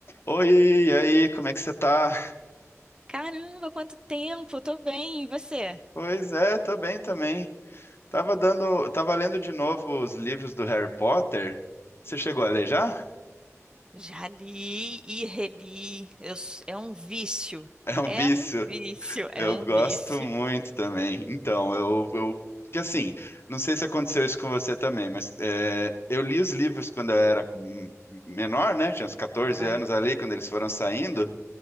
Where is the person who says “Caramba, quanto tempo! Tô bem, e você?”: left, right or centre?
Right